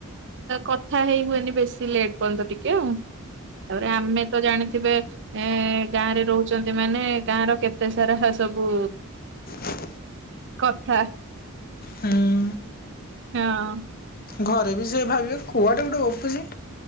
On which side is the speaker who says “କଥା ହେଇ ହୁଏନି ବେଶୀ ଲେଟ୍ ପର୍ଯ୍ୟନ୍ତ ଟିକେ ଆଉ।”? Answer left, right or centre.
Right